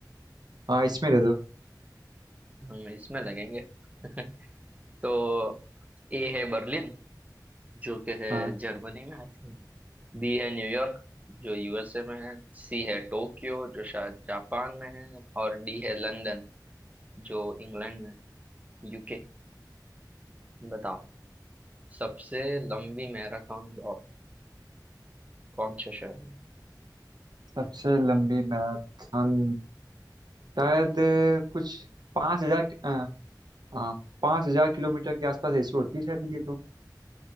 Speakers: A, on the right; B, on the right.
A: हाँ इसमें दे दो <laughs>
B: हम इसमें लगेंगे <laughs> तो ए है बर्लिन जो कि है
A: हाँ
B: जर्मनी में आई थिंक बी है न्यूयॉर्क जो यूएसए में है सी है टोक्यो जो शायद जापान में है और डी है लंदन जो इंग्लैंड में यूके बताओ सबसे लंबी मैराथन दौड़ कौन से शहर में
A: सबसे लंबी मैराथन शायद अ, कुछ पाँच हजार हाँ हाँ, पाँच हजार किलोमीटर के आसपास ऐसी होती है शायद ये तो